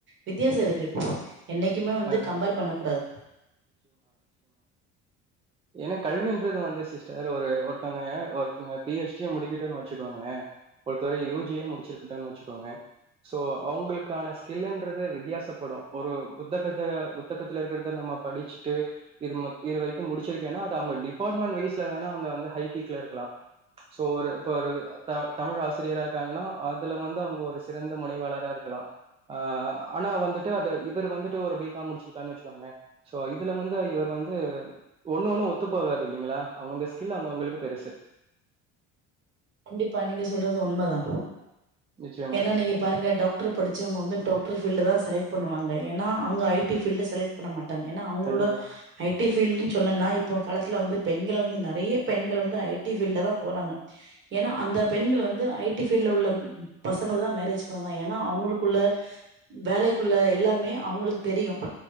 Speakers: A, on the right; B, on the right.
A: வித்தியாசம் இருக்கு என்னைக் எப்பயுமே வந்து
B: ஆ
A: கம்பேர் பண்ணக்க கூடாது
B: ஏனா கல்வி அடுத்தது வந்து சிஸ்டர் ஒரு ங்க ஒருத்தங்க பிஎச்டி முடிக்க வச்சுக்கோங்களே ஒருத்த யுஜிய முடிச்சிருக்கு வச்சுக்கோங்க சோ அவங்களுக்கான ஸில்ன்றது வித்தியாசப்படும் ஒரு புத்தக புத்தகத்துல இருக்கறத நம்ம படிச்சுட்டு இது இது வரைக்கும் முடி வச்சிருக்கேனா அது அவங்க டிப்பாட்மெட் வைஸ்ல வேனா அவங்க வந்து ஹைபிக்குள இருக்கலாம் சோ ஒரு இ தமிழ் ஆசிரியரா இருக்காங்கன்னா அதுல வந்து அவங்க ஒரு சிறந்த முனைவாளரா இருக்கலாம்ஹ் ஆனா வந்துட்டு அத இவர் வந்து ஒருபீக்காம் முடிச்சிருக்கருனு வச்சிகோங்களே இதுல வந்து இவர் வந்து ஒண்ணு ஒண்ணும் ஒத்து போகாது இல்லிங்களா அவங்கவுங்க ஸ்கில் அவங்க அவங்களுக்கு பெருசு
A: கண்டிப்பா நீங்க சொல்றது உண்மதா
B: நிச்சயமா
A: ஏன்னா
B: சிஸ்டர்
A: நீங்க பாருங்க டாக்டர் படிச்சவங்க வந்து டாக்டர் பீல்டு தான் செலக்ட் பண்ணுவாங்க ஏன்னா அவங்க ஐ டி பீல்டு செலக்ட் பண்ண மாட் ஏன்னா அவங்களோட
B: கண்டிப்பா
A: ஐடி பீல்டுன்னு சொல்லல்லா இப்போ காலத்துல வந்து பெண்களை வந்து நெறைய பெண்கள் வந்து ஐடி ஃபீல்டு தான் போறாங்க ஏன்னா அந்த பெண்கள் வந்து ஐடி ஃபீல்டுல உள்ள பசங்க தான் மேரேஜ் பண்ணாதான் ஏன்னா அவங்களுக்குள்ள வேலைக்குள்ள எல்லாமே அவங்களுக்கு தெரியும்